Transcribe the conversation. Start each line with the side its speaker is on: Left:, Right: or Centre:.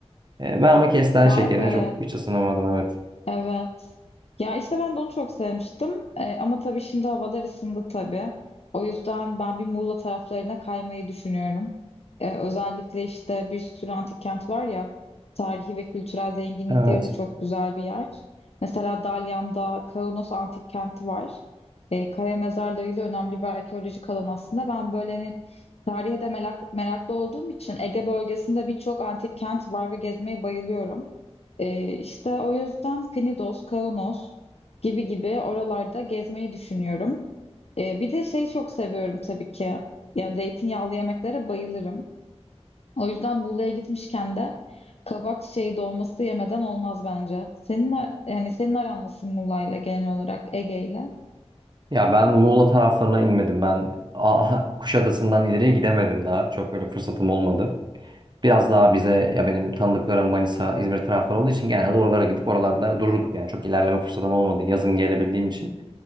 Right: E, ben ama kestane
Left: Vay
Right: şekerine
Left: be.
Right: çok hiç ısınamadım evet.
Left: Evet. Ya işte ben de onu çok sevmiştim. Ee, ama tabii şimdi havalar ısındı tabii. O yüzden ben bir Muğla taraflarına kaymayı düşünüyorum. Ee, özellikle işte bir sürü antik kent var ya. Tarihi ve kültürel zenginlikleri
Right: Evet.
Left: de çok güzel bir yer. Mesela Dalyan'da Kaunos Antik Kenti var. Ee, kaya mezarlarıyla önemli bir arkeolojik alan aslında. Ben böyle hani tarihe de merak, meraklı olduğum için Ege bölgesinde birçok antik kent var ve gezmeyi bayılıyorum. Ee, işte o yüzden Knidos, Kaunos gibi gibi oralarda gezmeyi düşünüyorum. Ee, bir de şeyi çok seviyorum tabii ki. Yani zeytinyağlı yemeklere bayılırım. O yüzden Muğla'ya gitmişken de kabak çiçeği dolması yemeden olmaz bence. Senin a- yani senin aran nasıl Muğla'yla genel olarak Ege'yle?
Right: Ya ben Muğla taraflarına inmedim ben. Aa, Kuşadası'ndan ileriye gidemedim daha. Çok böyle fırsatım olmadı. Biraz daha bize ya benim tanıdıklarım Manisa, İzmir tarafları olduğu için genelde oralara gidip oralarda dururduk. Yani çok ilerleme fırsatım olmadı yazın gelebildiğim için.